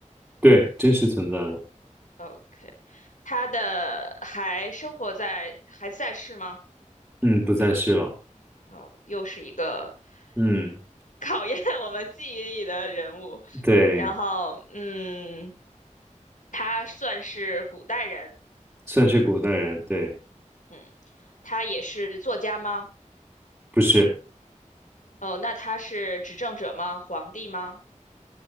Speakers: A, in the centre; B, on the left (about 70°).
A: 对，真实存在的，
B: 哦？OK，它的还生活在还在世吗？
A: 嗯，不再是了，
B: 哦，又是一个
A: 嗯，
B: <laughs> 考验我们记忆力的人物。
A: 对，
B: 然后，嗯，他算是古代人，
A: 算是古代人，对，
B: 嗯，他也是作家吗？
A: 不是，
B: 哦，那他是执政者吗？皇帝吗？